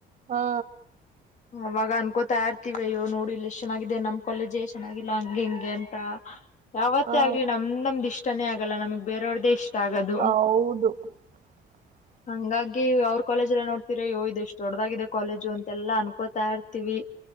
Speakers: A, on the right; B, on the left.
A: ಹಾ
B: ಅವಾಗ ಅನ್ಕೋತಾ ಇರ್ತಿವ ಅಯೋ ನೋಡು ಇಲ್ಲ್ ಎಷ್ಟ್ ಚೆನ್ನಾಗಿದೆ ನಮ್ ಕಾಲೇಜ್ ಚೆನ್ನಾಗಿಲ್ಲ ಹಂಗ ಹಿಂಗೆ ಯಾವತ್ತೇ
A: ಹಾ
B: ಆಗ್ಲಿ ನಮ್ ನಮ್ದ್ ಇಷ್ಟಾನೇ ಆಗಲ್ಲ ನಮಗ್ ಬೇರೆ ಅವ್ರದೇ ಇಷ್ಟ ಆಗದು
A: ಹೌದು <inaudible>
B: ಹಂಗಾಗಿ ಅವ್ರ ಕಾಲೇಜ್ ಎಲ್ಲ ನೋಡ್ತೀರ ಯ್ಯೂ ಇದ ಎಷ್ಟ ದೊಡ್ಡ್ದಾಗಿದೆ ಕಾಲೇಜು ಅಂತೆಲ್ಲಾ ಅನ್ಕೋತಾ ಇರ್ತಿವಿ